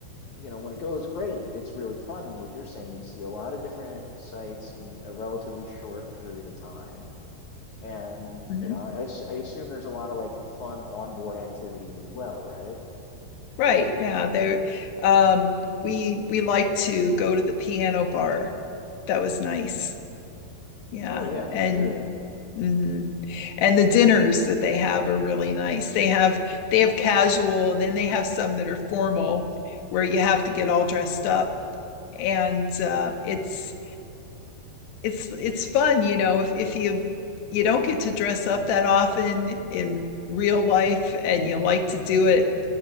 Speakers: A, on the left (about 55°); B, on the left (about 90°).
A: you know, when it goes great, it- it's really fun. And like you're saying, you see a lot of different sites in a relatively short period of time. And,
B: mm-hmm.
A: you know, I, as- I assume there's a lot of like fun onboard activities as well, right?
B: Right. Yeah. There, um, we we liked to go to the piano bar. That was nice. Yeah.
A: Oh, yeah, for
B: And
A: sure.
B: mhm. and the dinners that they have are really nice. They have they have casual and then they have some that are formal where you have to get all dressed up. And uh it's it's it's fun, you know, if if you you don't get to dress up that often in real life and you like to do it